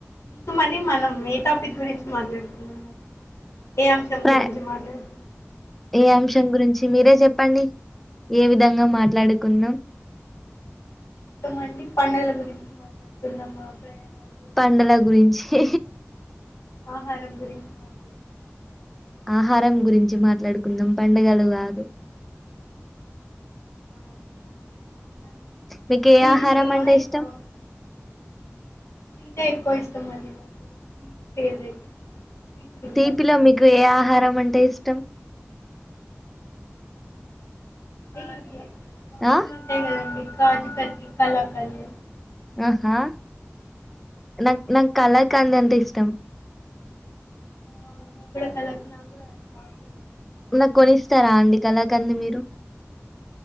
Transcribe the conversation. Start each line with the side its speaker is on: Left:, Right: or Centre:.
Left: ఇంకమని మనం ఏ టాపిక్ గురించి మాట్లాడుతున్నాం మరీ ఏ అంశం
Centre: ప్ర
Left: గురించి మాట్లాడుతున్నాం
Centre: ఏ అంశం గురించి మీరే చెప్పండి ఏ విధంగా మాట్లాడుకుందాం
Left: తో మని పండుల గురించి మాట్లాడుకుందామా ప్రయాణాలు
Centre: పండగల గురించి
Left: ఆహారం గురించి మాట్లాడు
Centre: ఆహారం గురించి మాట్లాడుకుందాం పండుగలు కాదు
Left: ఓకే అండి ఆహారం
Centre: మీకు ఏ ఆహారం
Left: ఇష్టమా
Centre: అంటే
Left: ఎక్కువ
Centre: ఇష్టం
Left: స్వీట్ ఎక్కువ ఇష్టం అండి నాకు స్వీట్ ఫేవరెట్ స్వీట్ తింటా
Centre: తీపిలో మీకు ఏ ఆహారం అంటే ఇష్టం
Left: అన్ని స్వీట్లు
Centre: ఆ
Left: ఉంటాయి కదండి కాజుకట్లి కలాకండ్
Centre: ఆహా నాకు నాకు కళాకాండ్ అంటే ఇష్టం
Left: అవును నీకు కూడా కలాకండ్ నాకు కూడా అంటే అది బాగుంటది
Centre: నాకు కొనిస్తారా అండి కలకాండ్ మీరు